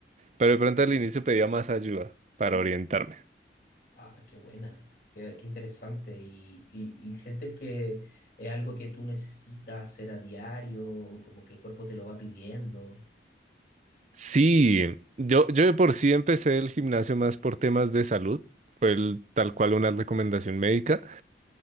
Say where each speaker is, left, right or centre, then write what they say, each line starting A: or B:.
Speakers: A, on the right (about 40°); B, on the left (about 50°).
A: pero de pronto al inicio pedía más ayuda para orientarme.
B: Ah, qué buena, qué, qué interesante. ¿Y, y, y sientes que es algo que tú necesitas hacer a diario, o como que el cuerpo te lo va pidiendo?
A: Sí, yo, yo de por sí empecé el gimnasio más por temas de salud. Fue el- tal cual una recomendación médica,